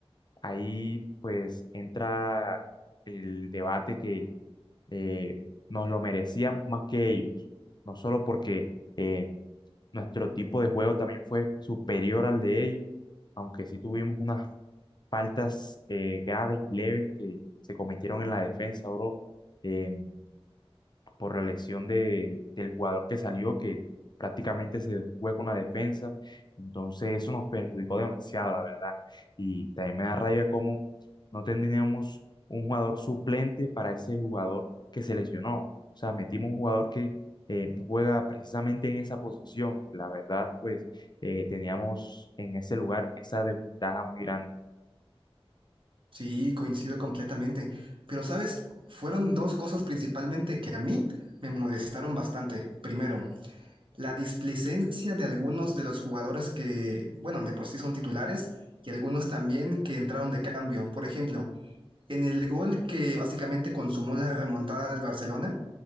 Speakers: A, on the left (about 45°); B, on the right (about 55°).
A: ahí pues entra el debate eh, nos lo merecíamos más que ellos, no solo porque eh, nuestro tipo de juego también fue superior al de ellos, aunque sí tuvimos unas faltas eh, graves y leves que se cometieron en la defensa, bro. eh, por la lesión de, del jugador que salió, que prácticamente se dejó un hueco en la defensa. Entonces eso nos perjudicó demasiado, la verdad. Y también me da rabia cómo no tenemos un jugador suplente para ese jugador que se lesionó. O sea, metimos un jugador que eh, no juega precisamente en esa posición. La verdad, pues eh, teníamos en ese lugar esa desventaja muy grande.
B: Sí, coincido completamente. Pero, ¿sabes? Fueron dos cosas principalmente que a mí me molestaron bastante. Primero, la displicencia de algunos de los jugadores que, bueno, de por sí son titulares y algunos también que entraron de cambio. Por ejemplo, en el gol que básicamente consumó la remontada del Barcelona,